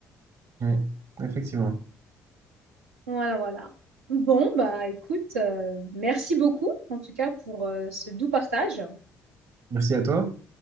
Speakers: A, on the right; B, on the right.
A: Ouais. Effectivement.
B: Voilà, voilà. Bon, bah écoute, euh, merci beaucoup, en tout cas, pour euh, ce doux partage.
A: Merci à toi.